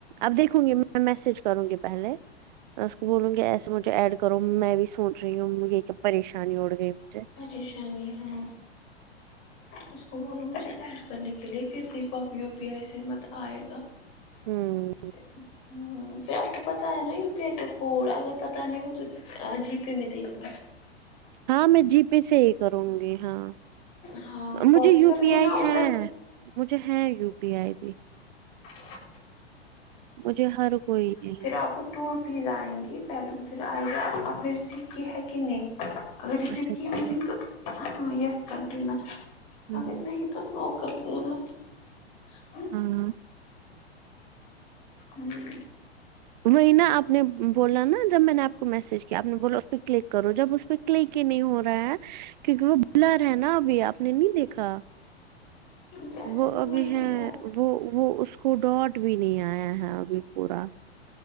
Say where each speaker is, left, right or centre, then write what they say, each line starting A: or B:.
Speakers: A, on the right (about 45°); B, on the left (about 45°).
A: اب دیکھوں گی میں میسج کروں گی پہلے میں اس کو بولوں گی ایسے مجھے ایڈ کرو میں بھی سوچ رہی ہوں یہ کہ پریشانی اڑ گئی مجھے
B: پریشانی ہاں اس کو بولو مجھے ایڈ کرنے کے لیے پھر دیکھو آپ یو پی آئی سے مت آئے گا
A: ہوں
B: او پھر آپ کو پتا ہے نا یو پے کا کوڈ اگر پتا نہیں ہو جی پے میں دیکھ
A: ہاں میں جی پے سے ہی کرونگی ہاں
B: ہاں کاپی
A: مجھے یو
B: کر
A: پی
B: لینا
A: آئی
B: ادھر
A: ہے مجھے ہے یو پی آئی بھی
B: ہا
A: مجھے ہر کوئی ہے
B: پھر آپ کو ٹو روپیز آئیں گی پہلے پھر آئے گا آپ نے ریسیو کی ہے کہ نہیں اگر ریسیو
A: اچھا
B: کی
A: ٹھیک
B: ہونگے گی تو ہاں یس کر دینا
A: ہوں
B: اگر نہیں تو نوکر دینا ہے
A: ہاں
B: ہوں
A: وہی نا آپ نے بولا نا جب میں نے آپ کو میسج کیا آپ نے بولا اس پہ کلک کرو جب اس پہ کلے کے نہیں ہو رہا ہے کیونکہ وہ بلر ہے نا ابھی آپ نے نہیں دیکھا
B: جیسے
A: وہ
B: سمجھ
A: ابھی
B: نہیں
A: ہے
B: آیا
A: وہ وہ اس کو ڈاٹ بھی نہیں آیا ہے ابھی پورا